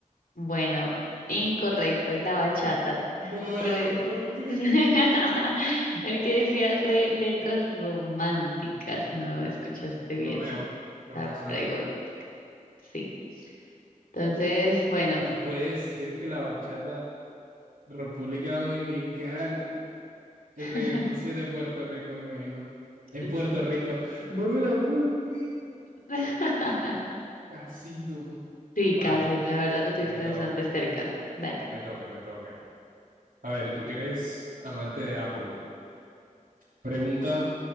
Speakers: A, on the left; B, on the right.
A: Bueno, incorrecto, es la bachata.
B: No me
A: Por
B: la
A: e-
B: puedo creer.
A: <laughs> el que decía re letras románticas, no escuchaste
B: Romeo,
A: bien
B: Romeo
A: la pregunta.
B: Santos.
A: Sí. Entonces, bueno.
B: No puede ser que la bachata República Dominicana, el
A: <laughs>
B: reggaetón sea de Puerto Rico, me imagino. En
A: Sí,
B: Puerto Rico. No me la puedo creer.
A: <laughs>
B: Casi tú.
A: Sí,
B: Vale,
A: casi, la verdad lo tuviste
B: me toca,
A: bastante cerca. Dale.
B: me toca, me toca. A ver, tú que eres amante de Apple. Pregunta